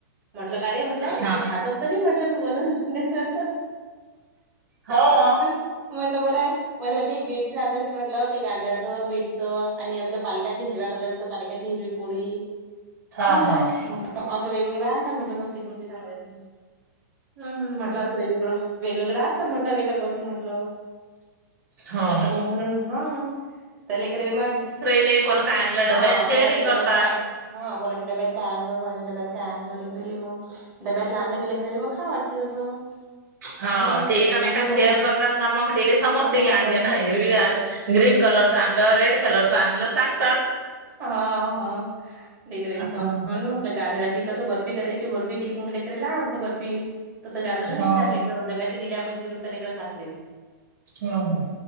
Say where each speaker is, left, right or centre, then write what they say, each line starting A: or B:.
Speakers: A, on the right; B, on the right.
A: म्हटलं का रे म्हटलं
B: हा
A: तू खातच- तसं नाही म्हटलं, मी बनवुन
B: हो हो
A: <unintelligible> म्हटलं बरं आहे, म्हटलं ते बीटच <unintelligible> म्हटलं गांजराचं बीटचं आणि आपलं, पालकाच्या हिरव्या कलरच पालकाची हिरवी पोळी,
B: हो
A: हं..
B: हो
A: असं वेगवेगळं आणतात म्हटलं, कोणती कोणती सांगाय त हं म्हटलं. वेगवेगळं, वेगवेगळे आता म्हटलं लेकर बनून म्हटलं,
B: हो
A: तर मग- हां हां त्या लेकराले मा-
B: ले कोण काय आणलं? डब्यात
A: हं,
B: शेअरही
A: कोणाच्या डब्यात
B: करतात
A: काय, हा कोणाच्या डब्यात काय आणलो, कोणाच्या डब्यात काय आणलो लेकरले मगं- डब्यात आणलं की मग, लेकराले खाव वाटतं तसं.
B: हं,
A: हा
B: ते एकामेकाला
A: म्हणून म्हटलं
B: शेअर करतात ना मग, ते तेले समजते
A: हा
B: की आज
A: म्हणून
B: यान हिरवी ग- ग्रीन कलर च आणलं. रेड कलरच आणलं सांगतात
A: हां हां, देिकराच
B: हो
A: म्हणून, गांजराची कसं, बर्फी करायची बर्फी केली का मग ले करायले आवडते बर्फी, ''तसं गांजर नाही
B: हो
A: खात लेकरं, डब्यात दिले आपण चिरून तर लेकर खात नाही.
B: हो हो